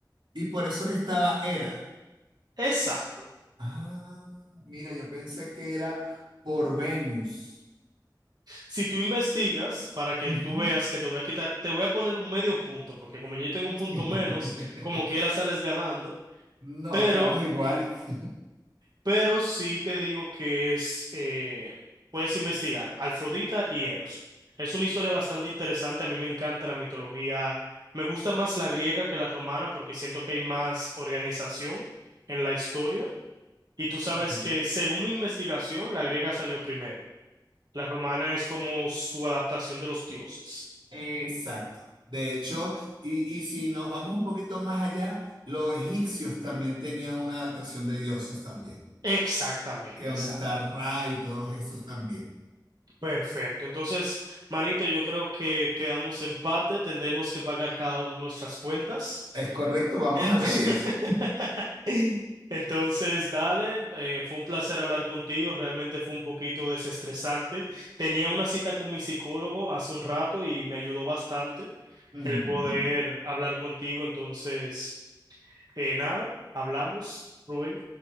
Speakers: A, on the right; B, on the right.
A: y por eso que estaba Hera.
B: Exacto.
A: Ah, mira, yo pensé que era por Venus.
B: Si tú investigas, para que
A: Ujú.
B: tú veas que te voy a quitar, te voy a poner un medio punto, porque como yo tengo un punto
A: <laughs>
B: menos, como quiera sales ganando,
A: No,
B: pero
A: quedamos iguales.
B: Pero sí te digo que es, eh, puedes investigar Afrodita y Eros. Es una historia bastante interesante, a mí me encanta la mitología, me gusta más la griega que la romana porque siento que hay más organización en la historia. Y tú sabes
A: Ujú.
B: que según mi investigación, la griega salió primero. La romana es como su adaptación de los dioses.
A: Exacto. De hecho, y, y si nos vamos un poquito más allá, los egipcios también tenían una adaptación de dioses también,
B: Exactamente,
A: que donde
B: exacto.
A: está Ra y todos esos también.
B: Perfecto. Entonces, manito, yo creo que quedamos empate, tendremos que pagar cada uno nuestras cuentas.
A: Es correcto, vamos
B: Entonces,
A: a medias.
B: <laughs> entonces dale, eh, fue un placer hablar contigo, realmente fue un poquito desestresante. Tenía una cita con mi psicólogo hace un rato y me ayudó bastante
A: Ujú.
B: el poder hablar contigo, entonces, eh, nada, hablamos, Rubén,